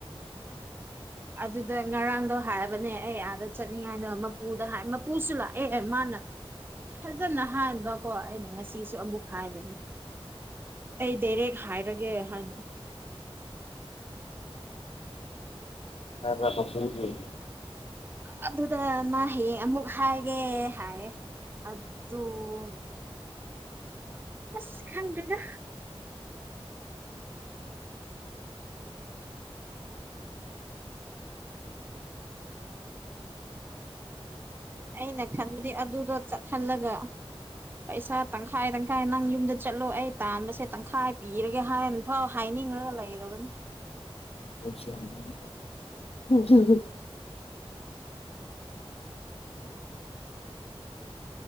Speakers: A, on the right; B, on the left.
A: ꯑꯗꯨꯗ ꯉꯔꯥꯡꯗꯣ ꯍꯥꯏꯕꯅꯦ ꯑꯩ ꯑꯥꯗ ꯆꯠꯅꯤꯡꯉꯥꯏꯗ ꯃꯄꯨꯗ ꯍꯥꯏ ꯃꯄꯨꯁꯨ ꯂꯥꯛꯑꯦ ꯃꯥꯅ ꯐꯖꯅ ꯍꯥꯏꯕꯀꯣ ꯑꯩꯅ ꯉꯁꯤꯁꯨ ꯑꯃꯨꯛ ꯍꯥꯏꯕꯅꯦ꯫ ꯑꯩ ꯗꯥꯏꯔꯦꯛ ꯍꯥꯏꯔꯒꯦ ꯍꯥꯏꯅ꯫
B: ꯇꯥꯏꯕ꯭ꯔꯥ? <unintelligible>
A: ꯑꯗꯨꯗ ꯃꯥ ꯍꯌꯦꯡ ꯑꯃꯨꯛ ꯍꯥꯏꯒꯦ ꯍꯥꯏꯌꯦ꯫ ꯑꯗꯨꯁ ꯑꯁ ꯈꯪꯗꯦꯗ꯫ ꯑꯩꯅ ꯈꯟꯕꯗꯤ ꯑꯗꯨꯗꯣ ꯆꯠꯍꯜꯂꯒ, ꯄꯩꯁꯥ ꯇꯪꯈꯥꯏ ꯇꯪꯈꯥꯏ ꯅꯪ ꯌꯨꯝꯗ ꯆꯠꯂꯣ ꯑꯩ ꯇꯥꯟꯕꯁꯦ ꯇꯪꯈꯥꯏ ꯄꯤꯔꯒꯦ ꯍꯥꯏ ꯑꯩꯎ ꯍꯥꯏꯅꯤꯡꯉꯒ ꯂꯩꯔꯕꯅꯤ꯫
B: <unintelligible>